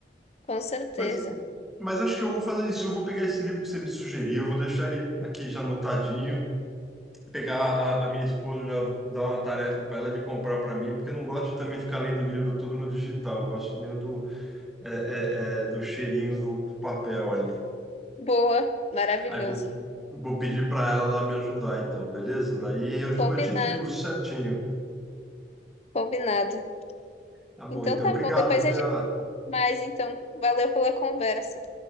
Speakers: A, on the left (about 35°); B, in the centre.
A: com certeza.
B: Mas, mas acho que eu vou fazer isso. Eu vou pegar esse livro que você me sugeriu, vou deixar ele aqui já anotadinho, pegar a, a minha esposa, já dar uma tarefa para ela de comprar para mim, porque eu não gosto de também ficar lendo livro tudo no digital. Eu gosto mesmo do, é, é, é, do cheirinho do, do papel ali.
A: Boa, maravilhoso.
B: Aí vou. Vou pedir para ela lá me ajudar, então, beleza? Daí eu depois
A: Combinado,
B: te digo certinho.
A: combinado.
B: Tá bom,
A: Então
B: então.
A: tá
B: Obrigado,
A: bom. Depois
B: Vera.
A: a gente mais. Então, valeu pela conversa.